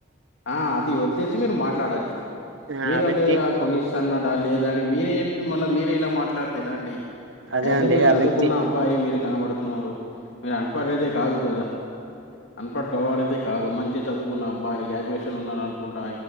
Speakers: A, on the left; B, on the right.
A: ఆ అది వదిలేసి మీరు మాట్లాడచ్చు
B: ఆ
A: మీరు
B: ఆ వ్యక్తి
A: అళ్ళ కొనిస్తన్నడా లేదని మీరే చెప్పి మళ్ళా మీరే ఇలా మాట్లాడతే ఎలా అండి
B: అదే
A: యాస్
B: అండి
A: ఏ మీరు
B: ఆ
A: చదువుకున్న
B: వ్యక్తి
A: అబ్బాయి మీరు కనబడుతున్నారు మీరు అనపడదతే కాదు కదా అన్పడ్ గవడితే ఇదే కాదు మంచి చదువుకున్న అబ్బాయి గ్రాడ్యుయేషన్ ఉన్న అనుకుంటా